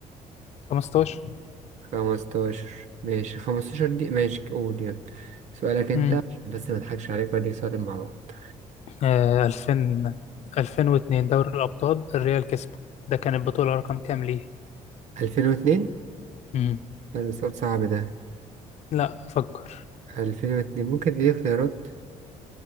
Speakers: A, on the left; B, on the right.
A: 15
B: خمستاشر ماشي خمستاشر دي ماشي قول يلا سؤالك أنت
A: امم
B: عشان بس مضحكش عليك بدي سؤالين مع بعض
A: آه 2000 2002 دوري الأبطال الريال كسبه ده كان البطولة رقم كام ليه؟
B: ألفين واتنين
A: امم
B: ده سؤال صعب ده
A: لا فكر
B: ألفين واتنين ممكن تدي اختيارات